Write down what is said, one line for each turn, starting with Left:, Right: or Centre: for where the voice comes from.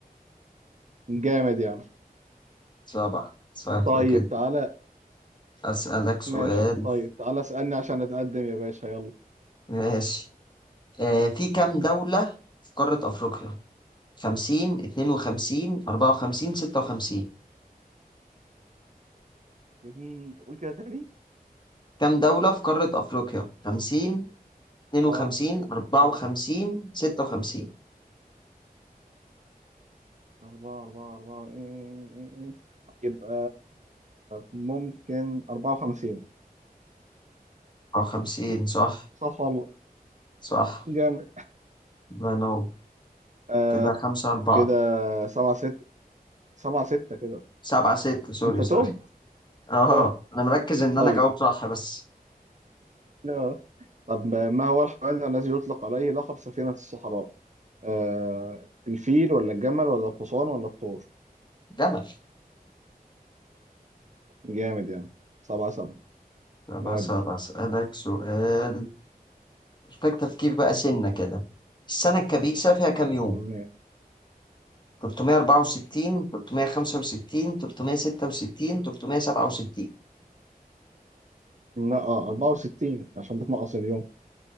Right: جامد يعني
Left: سبعة سهلة
Right: طيب
Left: كده
Right: تعالى
Left: أسألك سؤال
Right: ماشي طيب تعالى اسألني عشان اتقدم يا باشا يلا
Left: ماشي آه في كام دولة في قارة أفريقيا؟ 50 52 54 56
Right: اديني قول كده تاني
Left: كام دولة في قارة أفريقيا؟ 50 52
Right: اه
Left: 54
Right: اه
Left: 56
Right: آه. أربعة أربعة أربعة إيه. إيه، إيه، إيه. يبقى ممكن أربعة وخمسين
Left: أو 50 صح
Right: صح والله
Left: صح
Right: جامد
Left: الله ينور
Right: آه
Left: كده 5 4
Right: كده سبعة ستة سبعة ستة كده
Left: 7 6 سوري
Right: أنت
Left: سوري
Right: تهت
Left: أه
Right: اه
Left: أنا مركز إن
Right: طيب
Left: أنا أجاوب صح بس
Right: آه. طب ما هو الحيوان الذي يطلق عليه لقب سفينة الصحراء؟ آه الفيل ولا الجمل ولا الحصان ولا الثور؟
Left: جمل
Right: جامد يعني سبعة سبعة
Left: طب
Right: نودي
Left: بس بسألك سؤال محتاج تفكير بقى سنة كده السنة الكبيسة فيها كام
Right: م-
Left: يوم؟ 364 365 366 367
Right: لا اه 64 عشان بتنقص اليوم